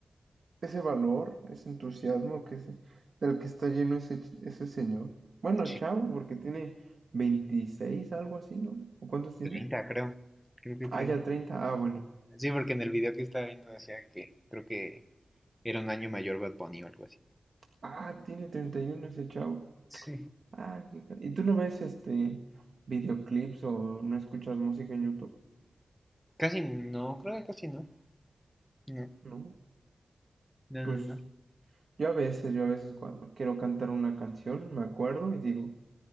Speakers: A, on the right (about 65°); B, in the centre.
A: ese valor, ese entusiasmo que se, del que está lleno ese, ch- ese señor. Bueno,
B: Sí,
A: chavo, porque tiene 26 algo así, ¿no? ¿O cuántos tiene?
B: 30, creo. Creo que
A: Ah,
B: treinta
A: ya 30. Ah, bueno.
B: Sí, porque en el video que estaba viendo decía que creo que era un año mayor Bad Bunny o algo así.
A: Ah, tiene 31 ese chavo.
B: Sí.
A: Ah, qué ca- ¿Y tú no ves este videoclips o no escuchas música en YouTube?
B: Casi no, creo que casi no. No,
A: ¿No?
B: no,
A: Pues
B: no, no.
A: yo a veces, yo a veces cuando quiero cantar una canción, me acuerdo y digo,